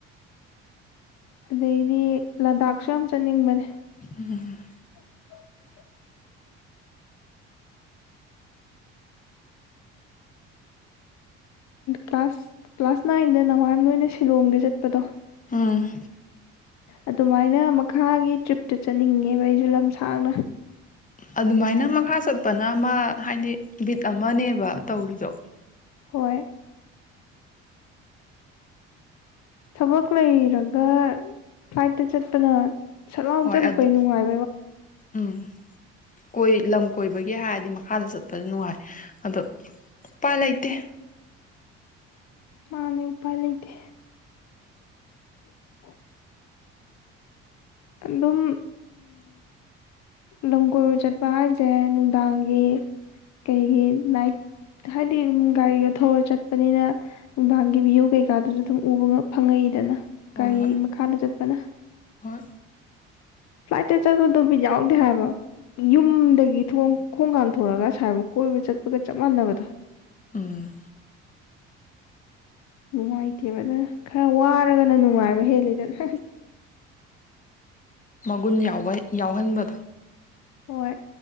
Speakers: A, on the left (about 60°); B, on the left (about 25°).
A: ꯑꯗꯩꯗꯤ ꯂꯗꯥꯛꯁꯨ ꯌꯥꯝ ꯆꯠꯅꯤꯡꯕꯅꯦ
B: ꯎꯝ
A: <inaudible> ꯀ꯭ꯂꯥꯁ ꯀ꯭ꯂꯥꯁ ꯅꯥꯏꯟꯗ ꯅꯍꯥꯟꯒꯣꯏꯅꯥ ꯁꯤꯂꯣꯡꯗ ꯆꯠꯄꯗꯣ
B: ꯑꯝ
A: ꯑꯗꯨꯃꯥꯏꯅ ꯃꯈꯥꯒꯤ ꯇ꯭ꯔꯤꯞꯇ ꯆꯠꯅꯤꯡꯉꯦꯕ ꯑꯩꯁꯨ ꯂꯝ ꯁꯥꯡꯅ
B: ꯑꯗꯨꯃꯥꯏꯅ ꯃꯈꯥ ꯆꯠꯄꯅ ꯑꯃ ꯍꯥꯏꯗꯤ ꯕꯤꯠ ꯑꯃꯅꯦꯕ ꯇꯧꯔꯤꯗꯣ
A: ꯍꯣꯏ ꯊꯕꯛ ꯂꯩꯔꯒ ꯐ꯭ꯂꯥꯏꯠꯇ ꯆꯠꯄꯅ ꯁꯠꯂꯥꯎꯅ
B: ꯍꯣꯏ
A: ꯆꯠꯄꯩꯅꯤꯟ
B: ꯑꯗꯨ
A: ꯅꯨꯡꯉꯥꯏ
B: ꯎꯝ ꯀꯣꯏ ꯂꯝ ꯀꯣꯏꯕꯒꯤ ꯍꯥꯏꯔꯗꯤ ꯃꯈꯥꯗ ꯆꯠꯄꯁꯨ ꯅꯨꯡꯉꯥꯏ ꯑꯗꯣ ꯎꯄꯥꯏ ꯂꯩꯇꯦ
A: ꯃꯥꯅꯤ ꯎꯄꯥꯏ ꯂꯩꯇꯦ <inaudible> ꯑꯗꯨꯝ ꯂꯝ ꯀꯣꯏꯕ ꯆꯠꯄ ꯍꯥꯏꯁꯦ ꯅꯨꯡꯗꯥꯡꯒꯤ ꯀꯩꯒꯤ ꯅꯥꯏꯠ ꯍꯥꯏꯗꯤ ꯒꯥꯔꯤꯗꯣ ꯊꯧꯔ ꯆꯠꯄꯅꯤꯅ ꯅꯨꯡꯗꯥꯡꯒꯤ ꯚꯤ꯭ꯌꯨ ꯀꯩꯀꯥꯗꯨ ꯑꯗꯨꯝ ꯎꯕ ꯐꯪꯉꯛꯏꯗꯅ
B: ꯍꯣꯏ
A: ꯀꯔꯤ
B: ꯍꯣꯏ
A: ꯃꯈꯥꯗ ꯆꯠꯄꯅ
B: ꯍꯣꯏ
A: ꯐ꯭ꯂꯥꯏꯠꯇ ꯆꯠꯄꯗꯣ ꯕꯤꯠ ꯌꯥꯎꯗꯦ ꯍꯥꯏꯕ ꯌꯨꯝꯗꯒꯤ ꯈꯣꯡꯀꯥꯟ ꯊꯣꯔꯛꯒ ꯁꯥꯏꯕꯨꯛ ꯀꯣꯏꯕ ꯆꯠꯄꯒ ꯆꯞ ꯃꯥꯟꯅꯕꯗꯣ
B: ꯎꯝ
A: ꯅꯨꯡꯉꯥꯏꯇꯦꯕ ꯑꯗꯨꯅ ꯈꯔ ꯋꯥꯔꯒꯅ ꯅꯨꯡꯉꯥꯏꯕ ꯍꯦꯜꯂꯤꯗꯅ
B: ꯃꯒꯨꯟ ꯌꯥꯎꯍꯟꯕꯗꯣ
A: ꯍꯣꯏ